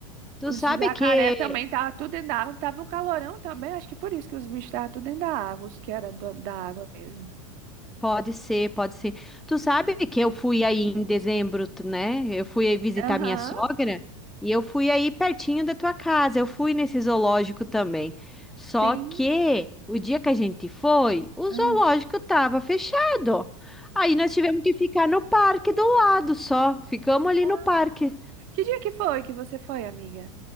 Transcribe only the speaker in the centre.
tu
sabe
que.
Pode ser, pode ser. Tu sabe que eu fui aí em dezembro, tu- né? Eu fui aí visitar
minha sogra e eu fui aí pertinho da tua casa. Eu fui nesse zoológico também. Só
que o dia que a gente foi, o
zoológico tava fechado. Aí nós tivemos que ficar no parque do lado só. Ficamos ali
no parque.